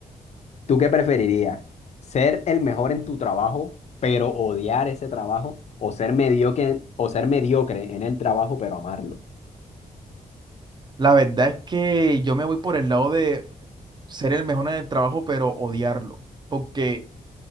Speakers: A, on the left; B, on the right.
A: ¿Tú qué preferirías? ¿Ser el mejor en tu trabajo, pero odiar ese trabajo? ¿O ser mediocre, o ser mediocre en el trabajo, pero amarlo?
B: La verdad es que yo me voy por el lado de ser el mejor en el trabajo, pero odiarlo. Porque,